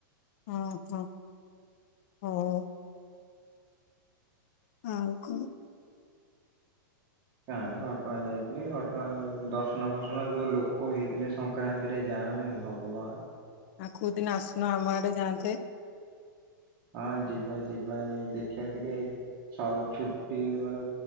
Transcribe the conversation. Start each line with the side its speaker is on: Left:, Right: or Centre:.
Left: ହଁ ହଁ ହଁ । ହଉ କ
Right: କାହିଁ ଘଟଗାଁ ଯାଇଥିଲି ଘଟଗାଁର ଦର୍ଶନ ଫର୍ସଣ ଯୋଉ ଲୋକ ହେଇଥିଲେ ସଂକ୍ରାନ୍ତିରେ ଯାଣି ଭଗବାନ ।
Left: ଆଉ କୋଉଦିନ ଆସୁନ ଆମ ଆଡେ ଯାଆନ୍ତେ ।
Right: ହଁ ଯିବା ଯିବା ଏ ଦେଖିବା ଟିକେ ଛୁଟି ମ